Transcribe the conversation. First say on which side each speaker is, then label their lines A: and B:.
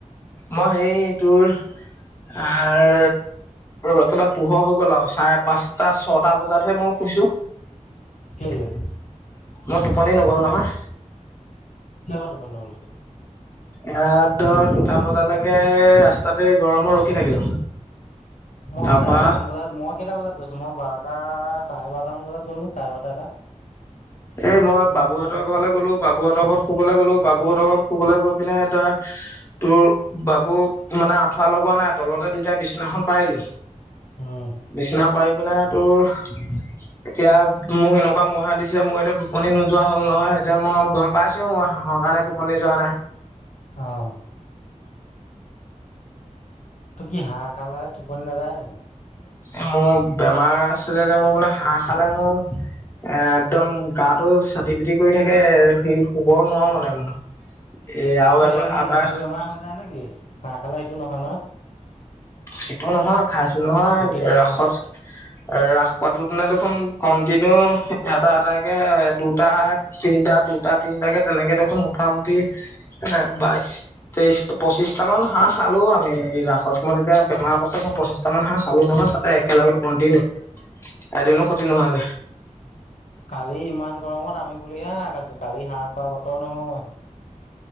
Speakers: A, on the left; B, on the left.
A: মই সেই তোৰ আৰ <unintelligible> পোহৰ হৈ গ'ল আৰু চাৰে পাঁচটা ছটা বজাত হে মোক শুইছো,
B: কেলে
A: মই টোপনি নগ'ল নহয়।
B: কিয় বা টোপনি নহ'ল?
A: ইয়াত ধৰ দুটা বজালৈকে ৰাস্তাতে গৰমত ৰখি থাকিলো।
B: মই
A: তাৰপা
B: এটামান বজাত মই কেইটা বজাত গৈছো মই বাৰটা চাৰে বাৰটা মান বজাত গলো। চাৰে বাৰটা পা।
A: এই মই বাবুহঁতৰ ঘৰলৈ গ'লো বাবুহঁতৰ ঘৰত শুবলৈ গ'লো বাবুহঁতৰ ঘৰত শুবলৈ গৈ পিনে এটা তোৰ বাবুক, মানে আঁঠুৱা লগোৱা নাই তলতে দুটাই বিচনাখন পাৰিলোঁ।
B: উম
A: বিচনা পাৰি পিনে তোৰ, এতিয়া মোক এনেকুৱা মহে দিছে মই এতিয়া টোপনি নোযোৱা হ'ল নহয় এতিয়া মই গম পাইছো মই হাঁহৰ কাৰণে টোপনি যোৱা নাই।
B: অ', তোৰ কি হাঁহ খালে টোপনি নাযায় নেকি?
A: এ মোৰ বেমাৰ আছিলে যে মোৰ মানে হাঁহ খালে মোৰ এ একদম গাটো চাতি পিতি কৰি থাকে, সে শুব নোৱাৰো মানে মই। এ আৰু
B: তোৰ
A: এ
B: সেই
A: আবাৰ
B: ইটো বেমাৰ হৈ যায় নেকি হাঁহ খালে ইটো নহয় নহয়।
A: সিটো নহয় খাইছো নহয়,
B: গুটি ডাঙৰ
A: ৰাসত
B: হোৱাটো
A: ৰাস <unintelligible> দিনাইটো খন কন্টিনিউ এটা এট কে দুটা তিনটা দুটা তিনটা তেনেকে দেখোন মোটামুটি এ বাইশ, তেইশ, পঁচিশটা মান হাঁহ খালো আমি। এই ৰাসত মই যেতিয়া বেমাৰ পাছত মই পচিছটা মান হাঁহ খালো নহয় তাতে একেলগে কণ্টিনিউ। এদিনো খতি নোহোৱাকে।
B: কালি ইমান গৰমত আমি বুলিহে হাঁহ খাইছো কালি হাঁহ খোৱা বতৰ নহয়।